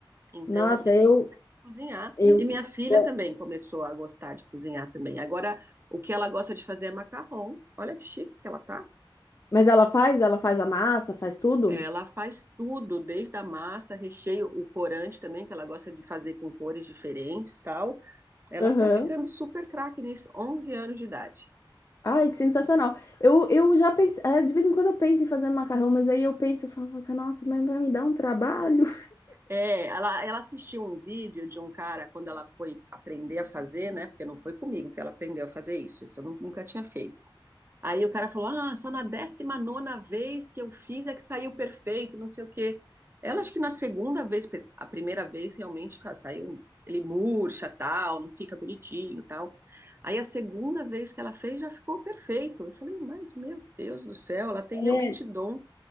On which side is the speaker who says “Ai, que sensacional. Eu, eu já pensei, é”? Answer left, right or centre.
Left